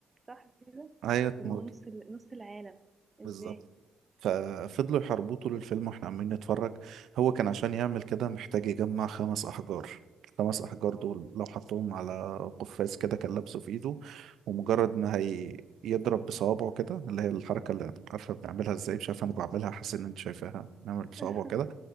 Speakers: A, on the right (about 20°); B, on the right (about 75°).
A: صح كده
B: ايوه
A: اللي
B: موت
A: هو نص ال- نص العالم ازاي
B: بالظبط ففضلوا يحاربوه طول الفيلم واحنا عمالين نتفرج هو كان عشان يعمل كده محتاج يجمع خمس أحجار الخمس أحجار
A: اه
B: دول لو حطهم على قفاز كده كان لابسه في إيده ومجرد
A: م.
B: ما هي يضرب بصوابعه كده اللي هي الحركة اللي عارفة بنعملها ازاي مش عارف انا بعملها حاسس ان انت شايفاها نعمل بصوابعه
A: <laughs>
B: كده